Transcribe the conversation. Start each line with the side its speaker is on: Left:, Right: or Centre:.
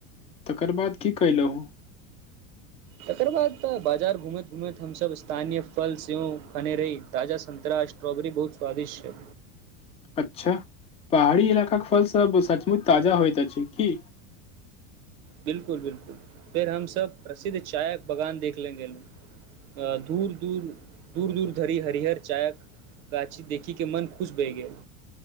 Left: तकर बाद की कलहु।
Right: तकर बाद तऽ बाजार घूमैत घूमैत हमस स्थानीय फल सेहो खने रही ताजा संतरा। स्ट्रॉबेरी बहुत स्वादिष्ट छै।
Left: अच्छा पहाड़ी इलाकाके फलसभ सचमुच ताजा होइत अछि की।
Right: बिलकुल बिलकुल फेर हम सबब प्रसिद्ध चाय बगान देखले गेले ल। अ दूर दूर दूर दूर धरि हरिहर चायक। गाछी देखी के मन खुश भहि गेल।